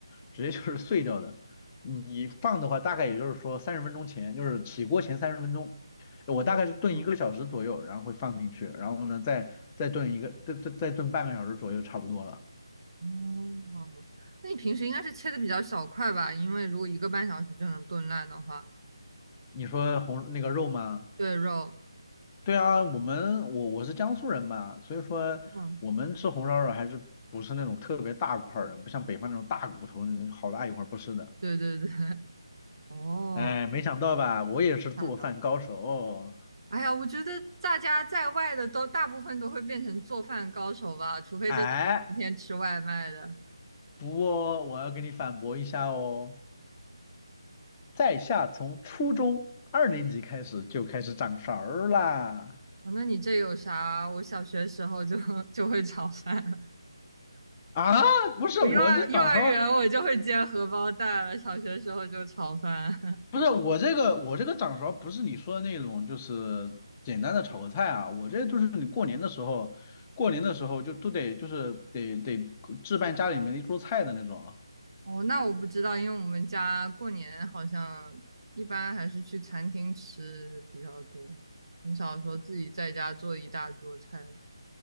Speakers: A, on the left; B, on the right.
A: 直接就是 <laughs> 碎掉的。你放的话大概也就是说三十分钟前，就是起锅前三十分钟，我大概是炖一个小时左右，
B: 嗯嗯
A: 然后会放进去，然后呢再再炖一个再再再炖半个小时左右差不多了。
B: 哦，那你平时应该是切的比较小块吧？因为如果一个半小时就能炖烂的话，
A: 你说红那个肉吗？
B: 对肉。
A: 对啊，我们我我是江苏人嘛，所以说我们吃红烧肉还是不是那种特别大块儿的，
B: 哦，
A: 不像北方那种大骨头好大一块儿不是的。
B: 对对对，<laughs> 哦，
A: 哎，没想到吧，我也是做饭高手哦。
B: 看到，哎呀，我觉得大家在外的都大部分都会变成做饭高手吧，除非真的是天天吃外卖的。
A: 哎，不过我要给你反驳一下哦，在下从初中二年级开始就开始掌勺儿啦。
B: 哦，那你这有啥？我小学时候就 <laughs> 就会炒饭，
A: 啊，不是我这掌勺儿，
B: 我幼儿幼儿园我就会煎荷包蛋了，小学时候就炒饭。<laughs>
A: 不是我这个我这个掌勺儿不是你说的那种，就是简单的炒个菜啊。我这就是你过年的时候，过年的时候就都得就是得得置办家里面的一桌菜的那种啊。
B: 哦，那我不知道，因为我们家过年好像一般还是去餐厅吃比较多，很少说自己在家做一大桌菜。